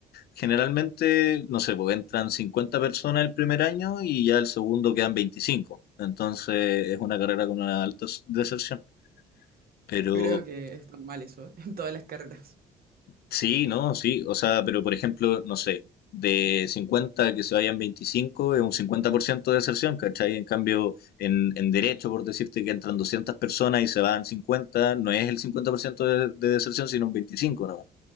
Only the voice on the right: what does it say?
Yo creo que es normal eso, ¿eh? <laughs> En todas las carreras.